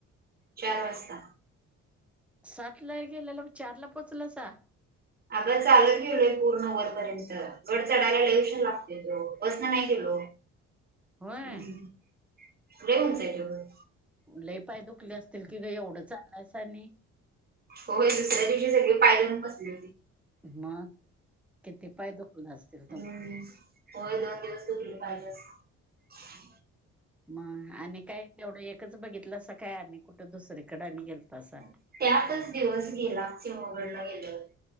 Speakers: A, on the right; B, in the centre.
A: चार वाजता.
B: सातला गेलेलो चारला पोचलास हा.
A: अग, चालत गेलोय पूर्ण वरपर्यंत गड चढायला लई उशीर लागतोय ग. बसन नाही गेलो.
B: होय
A: हम्म... लय उंच आहे ते डोंगर.
B: लई पाय दुखले असतील की, ग एवढं चालायस आणि
A: होय.. दुसऱ्या दिवशी सगळे पाय धरून बसलेत.
B: मग, किती पाय दुखले असतील. तुमचे.
A: हम्म... व्हय... दोन दिवस दुखले पाय जास्त.
B: मग, आणि काय तेवढं एकच बघितलासा काय, अनी कुठ दुसरीकडे अनी गेलतासा?
A: त्यातच दिवस गेला. सिंहगडला गेल्यावर